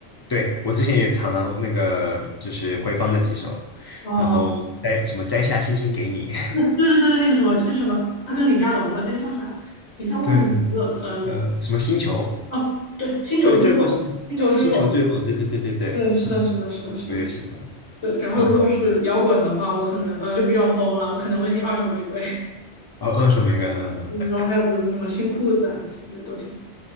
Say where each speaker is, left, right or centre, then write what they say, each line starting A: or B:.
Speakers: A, on the left (about 30°); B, on the left (about 80°).
A: 对，我之前也常常那个就是回放那几首，
B: 哦，
A: 然后摘什么摘下星星给你，
B: 那对对对对，那个什么，那什么，他跟李佳隆的那个叫啥，一下忘记名字了，
A: <laughs> 对，
B: 呃，
A: 呃，什么星球
B: 哦，对，星球坠落，
A: 坠坠落星星球坠落，
B: 星球坠落，
A: 对对对对对，
B: 对，是的，
A: <laughs>
B: 是的，是的，是的。
A: 我也喜欢。
B: 对，然后如果是摇滚的话，
A: 嗯
B: 我可能呃就比较疯了，我可能会听二手玫瑰，
A: 哦，二手玫瑰，嗯嗯嗯
B: <laughs> 嗯，然后还有比如说什么新裤子啊那些就都听。